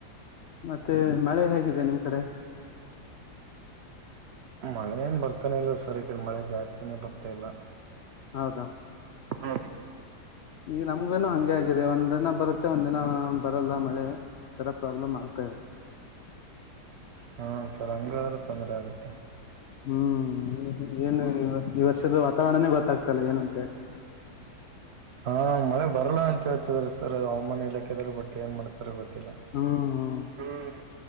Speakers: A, on the left; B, on the right.
A: ಮತ್ತೆ ಮಳೆ ಹೇಗಿದೆ ನಿಮ್ ಕಡೆ
B: ಮಳೆ ಏನ್ ಬರ್ತಾನೆ ಇಲ್ಲ ಸರ್ ಈಡೆ ಮಳೆ ಜಾಸ್ತಿನೇ ಬರ್ತಾ ಇಲ್ಲ.
A: ಹೌದಾ
B: ಹಾ
A: ಈಗ ನಮ್ಗೇನು ಹಂಗೆ ಆಗಿದೆ ಒಂದ ದನ ಬರು. ಮತ್ತೆ ಒಂದ್ ದಿನ ಬರಲ್ಲ ಮಳೆ ಈಥರ ಪ್ರಾಬ್ಲಮ್ ಆಗ್ತವೆ.
B: ಹಾ ಸರ್ ಹಂಗಾದ್ರೆ ತೊಂದ್ರ ಆಗುತ್ತೆ.
A: ಹ್ಮ್ ಏನು ಈ ವರ್ಷದ ವಾತಾವರಣನೇ ಗೊತ್ತಾಗ್ತಲ್ಲ ಏನಂತ ಹೇಳಿ
B: ಹಾ ಮಳೆ ಬರಲ್ಲ ಅಂತ ಹೇಳ್ತದ್ರ ಸರ್ ಹವಾಮಾನ ಇಲಾಖೆ ಇದ್ರರು ಬಟ್ಟಿ ಏನ್ ಮಾಡ್ತ ಪರವತಿಲ್ಲ
A: ಹ್ಮ್
B: ಹ್ಮ.